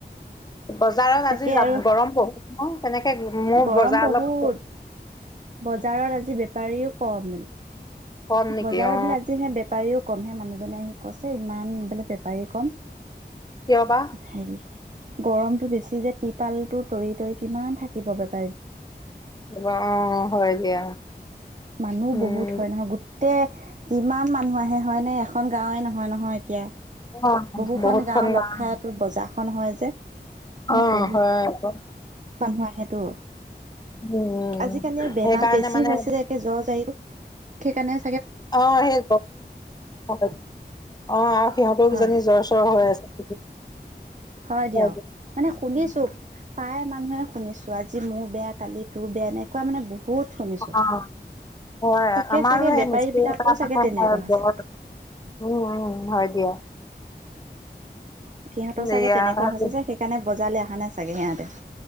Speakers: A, on the left; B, on the right.
A: বজাৰত
B: তাকে
A: আজি
B: আৰু
A: গৰম বহুত ন' তেনেকে মোৰ
B: গৰম
A: বজাৰৰ
B: বহুত
A: <unintelligible>
B: বজাৰত আজি বেপাৰীও কম মানে।
A: কম নেকি
B: বজাৰৰ
A: অ
B: বোলে আজিহে বেপাৰীও কমহে, মানুহজনে আহি কৈছে। ইমান বানে বেপাৰী কম,
A: কিয় বা
B: হেৰি, গৰমটো বেছি <unintelligible> তিপালটো তৰি-তৰি কিমান থাকিব বেপা
A: অ', হয় দিয়া।
B: মানুহ
A: উম
B: বহুত হয় নহয় গোটেই, কিমান মানুহ আহে হয় নে, এখন গাওঁৱে নহয়, নহয়। এতিয়া
A: অ
B: বহুখন
A: বহুতখন
B: গাও
A: গান
B: লগ খাইটো বজাৰখন হয় যে। মানে
A: অ,
B: বহুত
A: হয় আক।
B: মানুহ আহে <unintelligible>
A: উম
B: আজিকালি আৰু বেমাৰ
A: সেইকাৰণে
B: বেছি
A: মানে
B: হৈছে যে একে জ্বৰ যাই সেই কাৰণে
A: অ', সেই, <unintelligible> আৰু সিহঁতো
B: হয়
A: কিজানি জ্বৰ চৰ হৈ আছে।
B: হয় দিয়ক।
A: অ
B: মানে শুনিছো প্ৰায় মানুহে শুনিছো। আজি মোৰ বেয়া, কালি তোৰ বেয়া, এনেকুৱা মানে বহুত শুনিছো।
A: অ হয়।
B: তাকে
A: আমাৰো
B: চাগে
A: সেই
B: বেপাৰী
A: মস্ত্ৰী
B: বিলাকও
A: এটা
B: চাগে
A: মানে <unintelligible>
B: তেনেকুৱা হৈছে
A: উম, উ, হয় দিয়া।
B: সিহঁতৰ চাগে
A: এয়া
B: তেনেকুৱা হৈছে যে সেইকাৰণে বজাৰলৈ অহা নাই চাগে সিহঁতে।